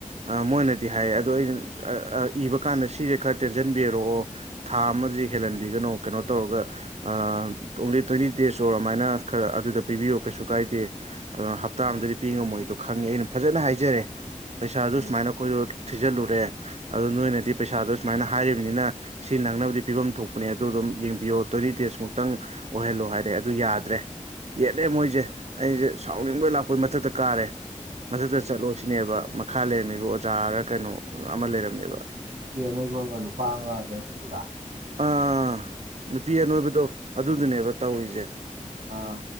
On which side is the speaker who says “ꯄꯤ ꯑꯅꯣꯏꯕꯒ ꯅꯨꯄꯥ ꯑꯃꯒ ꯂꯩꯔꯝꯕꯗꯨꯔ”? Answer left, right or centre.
Right